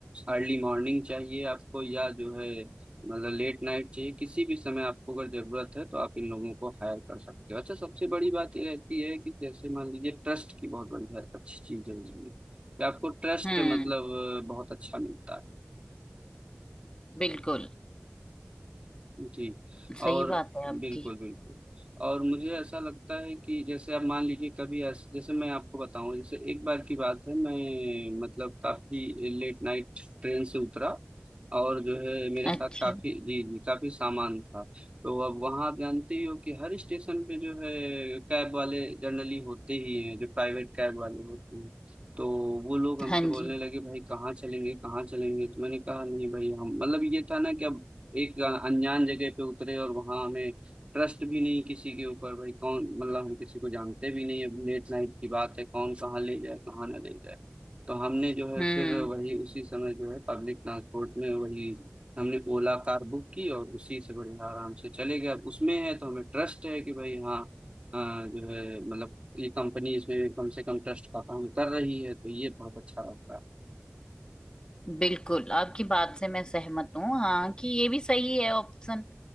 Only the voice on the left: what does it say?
हम्म
बिल्कुल
सही
बात है आपकी
अच्छा
हाँ
जी
हम्म
बिल्कुल आपकी बात से मैं सहमत हूँ हाँ कि ये भी सही है ऑप्शन